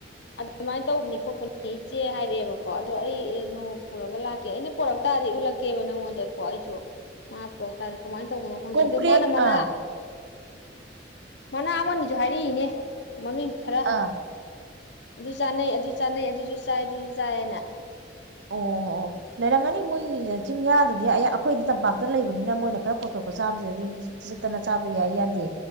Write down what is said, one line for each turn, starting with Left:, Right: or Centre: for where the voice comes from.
Left: ꯑꯗꯨꯃꯥꯏꯅ ꯇꯧꯕꯅꯤ ꯈꯣꯠꯄꯅꯤ ꯏꯆꯦ ꯍꯥꯏꯔꯛꯑꯦꯕꯀꯣ ꯑꯗꯣ ꯑꯩ ꯅꯣꯡꯃ ꯄꯨꯔꯒ ꯂꯥꯛꯀꯦ ꯑꯩꯅ ꯄꯣꯔꯛ ꯇꯥꯔꯗꯤ ꯎꯠꯂꯛꯀꯦꯕ ꯅꯪꯉꯣꯟꯗꯀꯣ ꯑꯩꯁꯨ ꯃꯥ ꯄꯣꯔꯛ ꯇꯔꯤ ꯀꯃꯥꯏꯅ ꯇꯧꯕꯅꯣ ꯈꯪꯗꯦ
Right: ꯀꯣꯝꯄ꯭ꯔꯦꯛ
Left: ꯑꯗꯨ ꯃꯥꯅ ꯃꯅꯥ
Right: ꯑꯥ
Left: ꯃꯅꯥ ꯑꯃꯅꯤꯁꯨ ꯍꯥꯏꯔꯛꯏꯅꯦ ꯃꯃꯤꯡ ꯈꯔꯥ
Right: ꯑꯥ
Left: ꯑꯗꯨ ꯆꯥꯅꯩ ꯑꯗꯨ ꯆꯥꯅꯩ ꯑꯗꯨꯁꯨ ꯆꯥꯏ ꯑꯗꯨꯁꯨ ꯆꯥꯏꯌꯦꯅ
Right: ꯑꯣ ꯑꯣ ꯑꯣ ꯂꯩꯔꯝꯒꯅꯤ ꯃꯣꯏ ꯆꯤꯡꯌꯥꯗꯗꯤ ꯑꯌꯥ ꯑꯩꯈꯣꯏꯗꯤ ꯇꯝꯄꯥꯛꯇ ꯂꯩꯕꯅꯤꯅ ꯃꯣꯏꯅ ꯈꯔ ꯄꯣꯊꯣꯛꯄ ꯆꯥꯕꯁꯤꯅꯗꯤ ꯆꯇꯅ ꯆꯥꯕ ꯌꯥꯏ ꯌꯥꯗꯦ